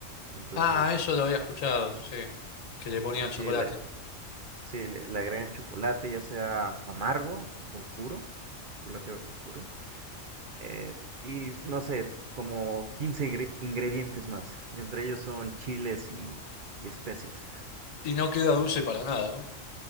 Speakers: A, on the right; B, on the left.
A: Entonces,
B: Ah, eso lo había escuchado, sí, que le ponían
A: sí, sí,
B: chocolate.
A: la, sí, le, le agregan chocolate, ya sea amargo o oscuro, chocolate oscuro. eh, y no sé, como 15 ingre- ingredientes más. Entre ellos son chiles y, y especias.
B: Y no queda dulce para nada, ¿no?